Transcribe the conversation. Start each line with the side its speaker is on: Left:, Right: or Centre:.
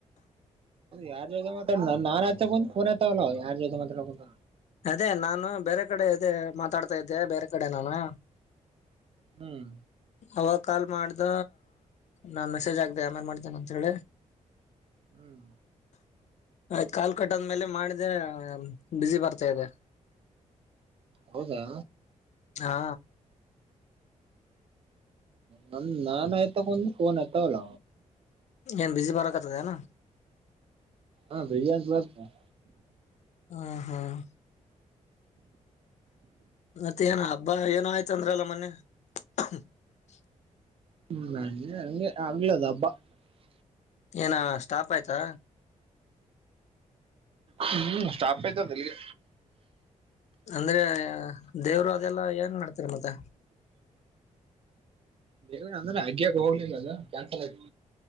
Right: ಯಾರ್ ಜೊತೆ ಮಾತಾಡ ನ ನಾನ್ ಆಯ್ತ ಕು ಫೋನ್ ಏತವಲ್ಲ ಯಾರ್ ಜತೆ ಮಾತಾಡಕಂತ
Left: ಅದೇ ನಾನು ಬೇರೆ ಕಡೆ ಅದೆ ಮಾತಾಡ್ತಾ ಇದ್ದೆ ಬೇರೆ ಕಡೆ ನಾನು
Right: ಹ್ಮ್
Left: ಅವಾಗ ಕಾಲ್ ಮಾಡ್ದ ನಾನು ಮೆಸೇಜ್ ಆಗಿದೆ ಆಮೇನ್ ಮಾಡ್ದೇನೆ ಅಂತೇಳಿ
Right: ಹ್ಮ್
Left: ಆಯ್ತ್ ಕಾಲು ಕಟ್ಟದ್ಮೇಲೆ ಮಾಡಿದ್ರೆ ಬಿಜಿ ಬರ್ತ ಇದೆ
Right: ಹೌದಾ
Left: ಹಾ
Right: ನ ನಾನ್ ಆಯ್ತಕಂದ ಫೋನ್ ಆತವಲ್ಲ
Left: ಏನ್ ಬಿಜಿ ಬರಕತದನ
Right: ಆ ಬಿಜಿ ಅತಬರಾಕ್ತದ
Left: ಹ್ಮ್ ಹ್ಮ್ ಮತ್ತೆ ಏನ ಹಬ್ಬ ಏನೋ ಆಯ್ತ ಅಂದ್ರಲ್ಲ ಮೊನ್ನೆ <unintelligible>
Right: ಹ ಅ ಅಗಲ್ಲದಬ್ಬ
Left: ಏನ ಸ್ಟಾಪ್ ಆಯ್ತಾ
Right: ಹ್ಮ್ ಸ್ಟಾಪ್ ಆಯ್ತಲ್ಲಿಗೆ.
Left: ಅಂದ್ರೆ ದೇವ್ರು ಅದೆಲ್ಲ ಏಂಗ ಮಾಡ್ತಾರೆ ಮತ್ತೆ.
Right: ಬೇಗ ಅಂದ್ರೆ ಅಗ್ಗ ಹೋಗ್ಲಿಲ್ಲ ಅದ ಕ್ಯಾನ್ಸಲ್ ಆಯತು.